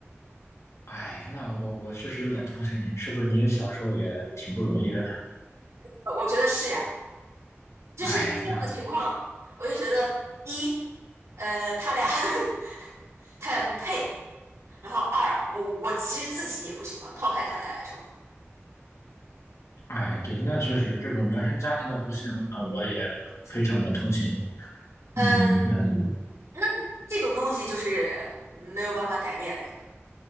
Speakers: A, on the left; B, on the right.
A: 哎，那我我确实有点同情你，是不是你小时候也挺不容易的？
B: 呃我觉得是呀，就是这样的情况，
A: 哎，那
B: 我就觉得一，呃，他俩 <laughs> 他俩不配。然后二，我我其实自己也不喜欢，抛开他俩来说，
A: 哎，对，那确实这种原生家庭的不幸那我也非常的同情你。
B: 嗯，
A: 嗯嗯，
B: 那这种东西就是没有办法改变的，